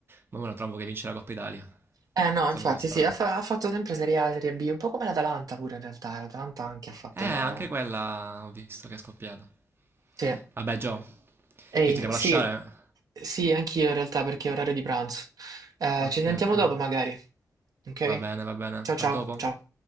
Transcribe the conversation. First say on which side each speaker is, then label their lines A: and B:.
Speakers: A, on the right; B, on the right.
A: Ma ora trovo che vince la Coppa Italia. È
B: Eh no, infatti
A: stato un po' strano.
B: sì, ha, fa- ha fatto sempre Serie A, Serie B, un po' come l'Atalanta pure in realtà, l'Atalanta anche ha fatto...
A: Eh, anche quella ho visto che è scoppiata.
B: Sì.
A: Vabbè, Gio,
B: Ehi,
A: io ti devo
B: sì,
A: lasciare.
B: sì, anch'io in realtà perché è orario di pranzo. Eh,
A: Ok,
B: ci sentiamo
A: ok.
B: dopo magari, ok?
A: Va bene, va bene.
B: Ciao ciao,
A: A dopo.
B: ciao.